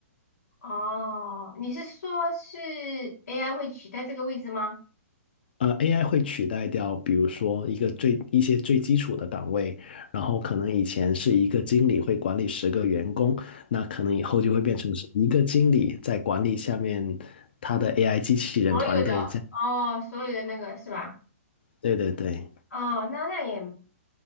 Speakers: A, on the left; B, on the left.
A: 哦，你是说是 AI 会取代这个位置吗？
B: 呃，AI 会取代掉，比如说一个最一些最基础的岗位，然后可能以前是一个经理会管理十个员工，那可能以后就会变成是一个经理在管理下面他的 AI 机器人团队这样。
A: 所有的哦，所有的那个是吧？
B: 对对对，
A: 哦，那那也